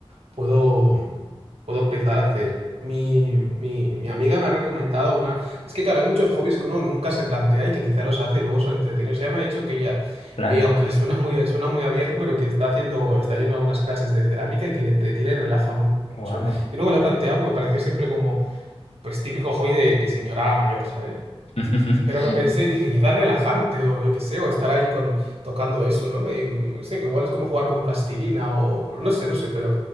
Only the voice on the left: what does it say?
Claro.
Wow.
<laughs>